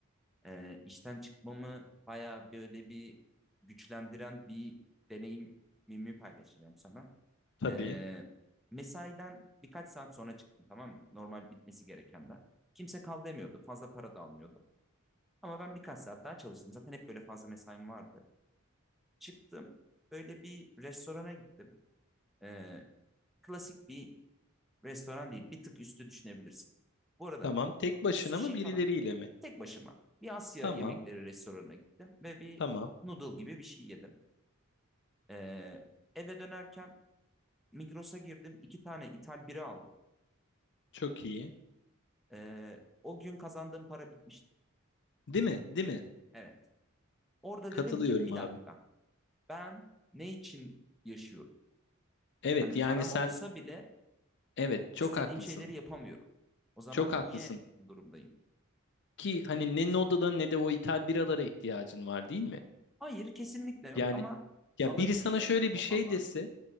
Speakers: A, in the centre; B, on the left.
A: E, işten çıkmamı bayağı böyle bir güçlendiren bir deneyimimi paylaşacağım sana.
B: Tabii.
A: E, mesaiden birkaç saat sonra çıktım tamam mı? Normal bitmesi gerekenden. Kimse kal demiyordu. Fazla para da almıyordu. Ama ben birkaç saat daha çalıştım. Zaten hep böyle fazla mesaim vardı. Çıktım. Böyle bir restorana gittim. E, klasik bir Restoran değil, bir tık üstü düşünebilirsin. Bu arada
B: Tamam. Tek başına
A: sushi
B: mı birileriyle
A: falan
B: mi?
A: tek başıma bir Asya
B: Tamam,
A: yemekleri restoranına gittim ve bir
B: tamam.
A: noodle gibi bir şey yedim. Ee, eve dönerken Migros'a girdim, iki tane ithal bira aldım.
B: Çok iyi.
A: Ee, o gün kazandığım para bitmişti.
B: Değil mi? Değil mi?
A: Evet. Orada
B: Katılıyorum
A: dedim ki bir
B: abi.
A: dakika ben ne için yaşıyorum?
B: Evet,
A: Hani
B: yani
A: param
B: sen
A: olsa bile
B: evet çok
A: istediğim
B: haklısın.
A: şeyleri yapamıyorum. O zaman
B: Çok haklısın.
A: niye bu durumdayım?
B: Ki hani ne Noda'da ne de o ithal biralara ihtiyacın var değil mi?
A: Hayır kesinlikle yok
B: Yani
A: ama
B: ya
A: alabiliyor
B: biri sana şöyle bir
A: olmam
B: şey
A: lazım.
B: dese